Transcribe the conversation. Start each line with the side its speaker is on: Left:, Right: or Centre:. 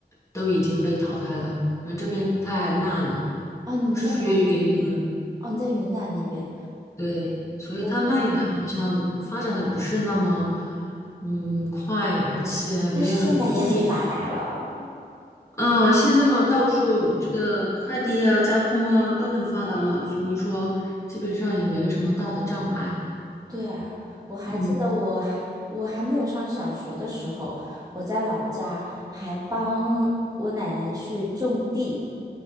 Left: 都已经被淘汰了。我们这边太慢了，
Right: 哦，啊，你们在哪里？
Left: 我是属于云南，
Right: 哦，你在云南那边。
Left: 对，所以它蔓延的好像发展的不是那么
Right: 我们，
Left: 嗯快，而且没有普遍。
Right: 但是现在也很发达了。
Left: 啊，现在嘛，到处这个快递啊、交通啊都很发达嘛，所以说基本上也没有什么大的障碍。
Right: 对啊，我还记得我还我还没有上小学的时候，
Left: 嗯，
Right: 我在老家还帮我奶奶去种地，